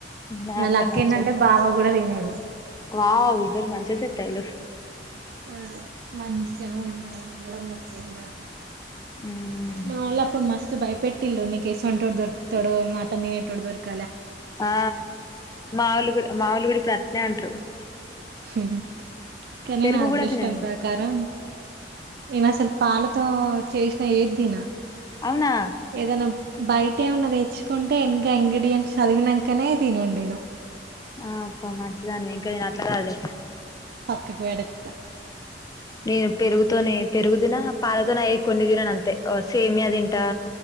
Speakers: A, on the left; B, on the right.
A: నాకు
B: నా
A: కూడా
B: లక్కేందంటే
A: నచ్చదు
B: బావ కూడా తినడు
A: వావ్ ఇద్దరు మంచిగ సెట్టయిల్లు
B: అదే మంచిగా ఉండ ఉండడమే తినాకు
A: ఉమ్
B: నాలప్పుడు మస్ బై పెట్టిల్లు నీసం అంట వాడు దొరుకుతాడు మాట తినేటోడు దొరకు
A: ఆ మావలు గుడి మావలు గుడి ప్రత్న అంటారు
B: హ కానీ
A: పెరుగు
B: నా అదృష్టం
A: కూడా తిన నేను
B: ప్రకారం నేను అసలు పాలతో చేసిన ఏది దీన
A: అవునా
B: ఏదైనాం బయట ఏమన్నా తెచ్చుకుంటే ఇంకా ఇంగ్రీడియంట్స్ చదివినాకనే తినం నేను
A: ఆ అప్పమా దాని వెంకయ్యని అట్లా కాదులేదు
B: అక్కకి వెడతా
A: నేను పెరుగుతోనే పెరుగుదిన పాలతోనే అయ కొన్ని తినను అంతే సేమియా తింట